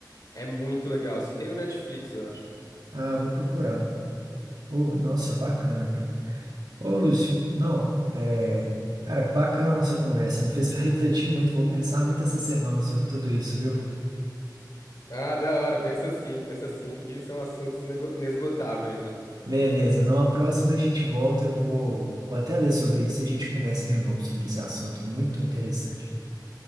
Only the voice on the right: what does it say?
Ah, vou procurar. Oh, nossa, bacana, cara. Ô, Lúcio, não, é... Cara, bacana a nossa conversa. Me fez refletir muito. Vou pensar muito essa semana sobre tudo isso, viu?
Beleza. Não, a próxima a gente volta. Eu vou, vou até ler sobre isso e a gente conversa de novo sobre esse assunto. Muito interessante.